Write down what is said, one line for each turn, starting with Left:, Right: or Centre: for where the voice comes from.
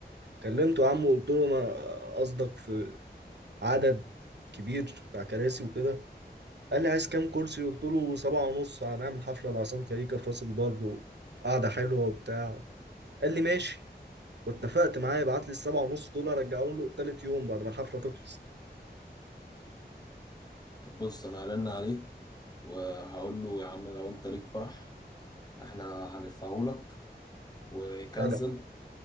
Right: كلمته يا عم وقلت له انا قصدك في عدد كبير بتاع كراسي وكده قال لي عايز كام كرسي قلت له سبعة ونص هنعمل حفله لعصام كاريكا في راس البر وقعده حلوه وبتاع قال لي ماشي واتفقت معاه يبعت لي السبعة ونص دول ارجعهم له تالت يوم بعد ما الحفلة تخلص
Left: طب بص أنا هرن عليه وهقول له يا عم لو أنت ليك فرح احنا هندفعه لك ويكنسل
Right: جدع